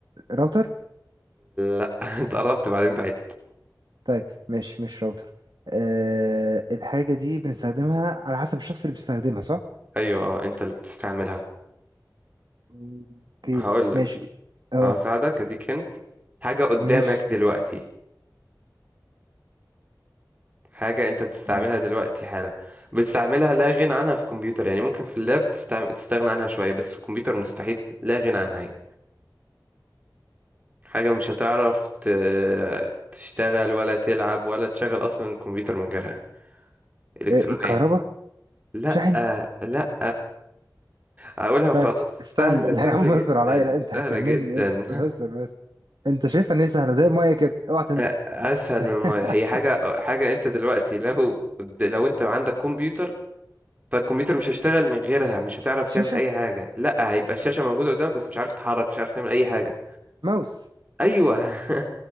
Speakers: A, on the right (about 80°); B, on the right (about 20°).
A: راوتر؟
B: لا <laughs> انت قربت بعدين بعدت
A: طيب مش مش راوتر أه الحاجة دي بنستخدمها على حسب الشخص اللي بيستخدمها صح؟
B: ايوه اه انت اللي بتستعملها
A: اوكي
B: هقول لك
A: ماشي اه
B: هساعدك اديك انت حاجة قدامك
A: ماشي
B: دلوقتي حاجة انت بتستعملها
A: آه.
B: دلوقتي حالا بتستعملها لا غنى عنها في الكمبيوتر يعني ممكن في اللاب تستعم... تستغنى عنها شوية بس في الكمبيوتر مستحيل لا غنى عنها يعني. حاجة مش هتعرف ت- تشتغل ولا تلعب ولا تشغل أصلا الكمبيوتر من غيرها إلكترونية
A: إيه، الكهرباء
B: لأ
A: شاحن
B: لأ أقولها وخلاص
A: طيب استنى
B: سهلة
A: <laughs> لا
B: سهلة
A: يا عم
B: جدا
A: اصبر عليا لا انت هتجنني
B: سهلة جدا
A: اصبر
B: <laughs>
A: اصبر بس انت شايفها ان هي سهلة زي المية كده اوعى تنسى
B: أ- أسهل
A: <laughs>
B: من ما هي حاجة حاجة أنت دلوقتي لو لو أنت عندك كمبيوتر فالكمبيوتر مش هيشتغل من غيرها مش هتعرف
A: شاشة
B: تعمل أي حاجة لأ هيبقى الشاشة موجودة قدامك بس مش عارف تتحرك مش عارف تعمل أي حاجة
A: ماوس
B: أيوه <laughs>